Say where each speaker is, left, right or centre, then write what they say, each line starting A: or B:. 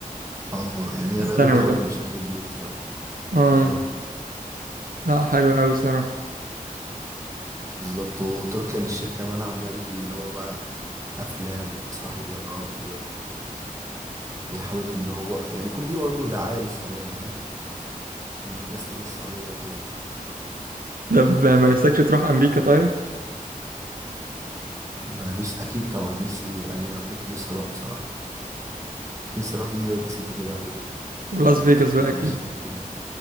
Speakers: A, on the right; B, on the right.
A: اه يعني هي
B: الثانوي
A: الرياضة اتطورت
B: ده
A: بشكل كبير بصراحة
B: اه
A: ايوه
B: لا حلو قوي صراحة
A: بالظبط وتركيا للشيخ كمان عمال اللي هو بقى افلام ومسرحيات وبيحاول ان هو يعني كل دي برضه دعاية للسعودية فاهم وان الناس تيجي السعودية وكده
B: طب ما نفسكش تروح امريكا طيب
A: ما نفسي أكيد طبعا نفسي أمين أمريكا نفسي أروح بصراحة نفسي أروح نيويورك سيتي كده و...
B: ولاس فيجاس بقى
A: ونعيش
B: اكيد
A: هناك كده